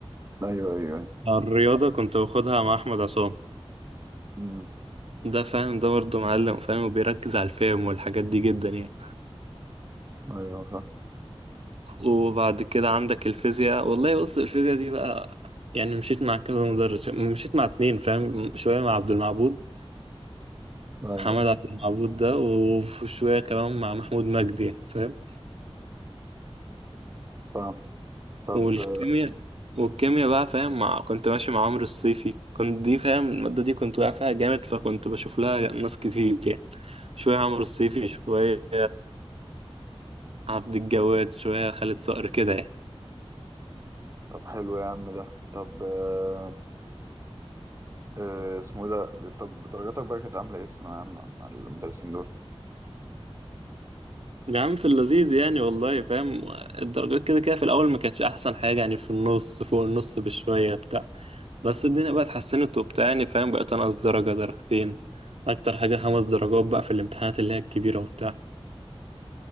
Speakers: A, on the right; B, on the right.
A: ايوه ايوه ايوه
B: الرياضة كنت باخدها مع أحمد عصام
A: أمم،
B: ده فاهم ده برضه معلم فاهم وبيركز على الفهم والحاجات دي جدا يعني
A: أيوة، فاهم
B: وبعد كده عندك الفيزياء والله بص الفيزياء دي بقى يعني مشيت مع كذا مدرس مشيت مع اتنين فاهم شوية مع عبد المعبود
A: ايوه
B: محمد عبد المعبود ده وفي شوية كمان مع محمود مجدي فاهم
A: فاهم طب
B: والكيمياء
A: آه،
B: والكيمياء بقى فاهم مع كنت ماشي مع عمرو الصيفي كنت دي فاهم المادة دي كنت واقع فيها جامد فكنت بشوف لها ناس كتير يعني شوية عمرو الصيفي شوية عبد الجواد شوية خالد صقر كده يعني
A: طب حلو يا عم ده طب آه، آه، اسمه ايه ده طب درجاتك بقى كانت عاملة ايه في ثانوية عامة مع المدرسين دول
B: يا عم في اللذيذ يعني والله فاهم الدرجات كده كده في الأول ما كانتش أحسن حاجة يعني في النص فوق النص بشوية بتاع بس الدنيا بقى اتحسنت وبتاع يعني فاهم بقيت أنقص درجة درجتين أكتر حاجة خمس درجات بقى في الامتحانات اللي هي الكبيرة وبتاع